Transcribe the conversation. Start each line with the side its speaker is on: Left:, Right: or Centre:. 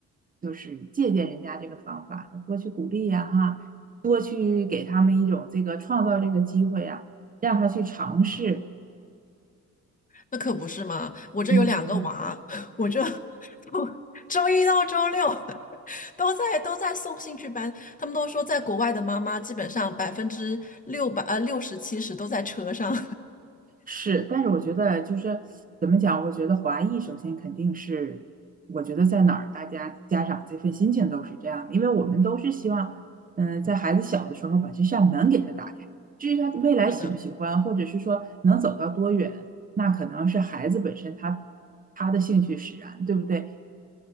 Right: 就是借鉴人家这个方法，多去鼓励呀哈，多去给他们一种这个创造这个机会呀，让他去尝试，
Left: 那可不是嘛！我这有两个娃，
Right: 嗯。
Left: <laughs> 我就从周一到周六都在都在送兴趣班。他们都说，在国外的妈妈基本上百分之六百呃六十七十都在车上。
Right: 是，但是我觉得就是怎么讲？我觉得华裔首先肯定是，我觉得在哪儿，大家家长这份心情都是这样的，因为我们都是希望，嗯、在孩子小的时候把这扇门给他打开，至于他未来喜不喜欢，
Left: <laughs> 是的，
Right: 或者是说能走到多远，那可能是孩子本身他他的兴趣使然，对不对？